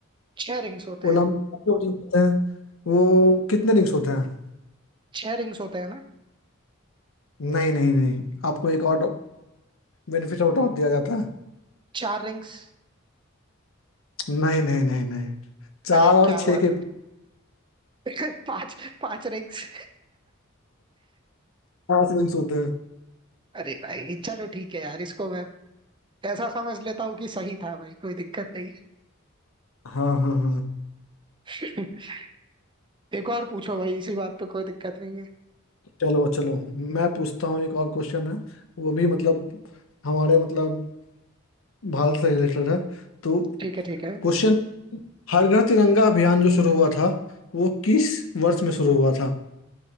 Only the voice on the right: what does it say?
छह रिंग्स होते
हैं
छह रिंग्स होते हैं ना
चार रिंग्स
अरे
क्या
बात
<laughs> पांच पांच रिंग्स
अरे भाई चलो ठीक है यार इसको मैं ऐसा समझ लेता हूँ कि सही था भाई कोई दिक्कत नहीं
है <laughs> एक और पूछो भाई इसी बात पे कोई दिक्कत नहीं है
ठीक है ठीक है